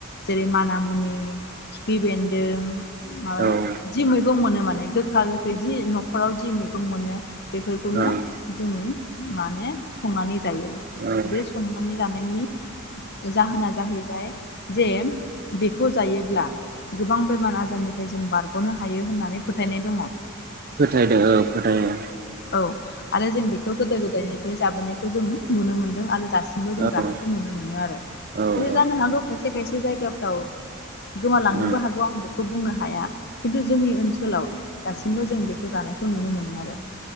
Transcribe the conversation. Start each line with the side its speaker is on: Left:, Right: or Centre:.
Left: जेरै माना मुनि खि फि बेेन्दों माबाया
Right: ओं
Left: जि मैगं मोनो माने गोखा गोखै जि नखराव जि मैगं मोनो बेफोरखौनो
Right: ओं
Left: जों माने संनानै जायो
Right: ओं
Left: बे संनानै जानायनि जाहोना जाहैबाय जे बेखौ जायोब्ला गोबां बेमार आजारनिफ्राय जों बारग'नो हायो होननानै फोथायनाय दङ
Right: फोथायदो औ फोथायो
Left: औ आरो जों बेखौ गोदो गोदायनिफ्राय जाबोनाय। खौ जों नुनो मोनदों आरो दासिम सिमबो जों
Right: औ
Left: जानायखौ
Right: औ
Left: नुनो मोनो आरो खिन्थु
Right: औ
Left: जानो हागौ खायसे खायसे जायगाफ्राव गोमालांनोबो
Right: ओं
Left: हागौ आं बेखौ बुंनो हाया खिन्थु जोंनि ओनसोलाव दासिमबो जों बेखौ जानायखौ नुनो मोनो आरो